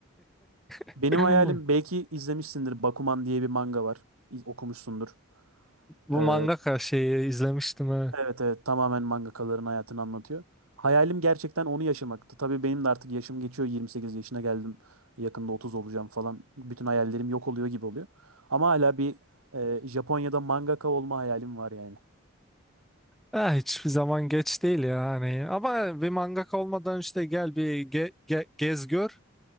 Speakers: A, in the centre; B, on the right.
A: <laughs>
B: Benim hayalim belki izlemişsindir Bakuman diye bir manga var. İz- Okumuşsundur.
A: Bu
B: E,
A: mangaka şeyi izlemiştim evet.
B: Evet evet tamamen mangakaların hayatını anlatıyor. Hayalim gerçekten onu yaşamaktı. Tabii benim de artık yaşım geçiyor. 28 yaşına geldim. Yakında 30 olacağım falan. Bütün hayallerim yok oluyor gibi oluyor. Ama hala bir e, Japonya'da mangaka olma hayalim var yani.
A: Ha, hiçbir zaman geç değil ya hani. Ama bir mangaka olmadan işte gel bir ge- ge- gez gör.